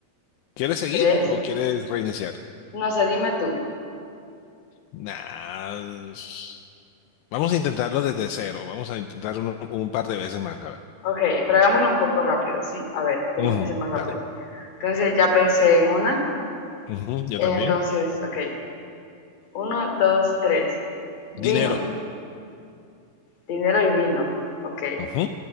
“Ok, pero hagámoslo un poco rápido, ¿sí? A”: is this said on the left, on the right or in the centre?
Left